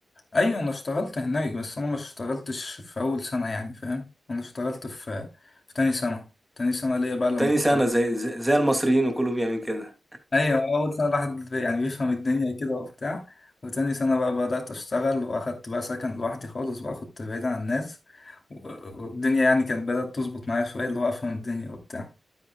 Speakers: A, on the left; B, in the centre.
A: ايوه انا اشتغلت هناك بس انا ما اشتغلتش في اول سنه يعني فاهم انا اشتغلت في في تاني سنه تاني سنه ليا بقى لما
B: تاني
A: كنت
B: سنة
A: بقى.
B: زي زي, زي المصريين وكله بيعمل كده
A: ايوه اول سنه الواحد يعني بيفهم الدنيا كده وبتاع وتاني سنه بقى بدات اشتغل واخدت بقى سكن لوحدي خالص بقى كنت بعيد عن الناس و- والدنيا يعني كانت بدات تظبط معايا شويه اللي هو افهم الدنيا وبتاع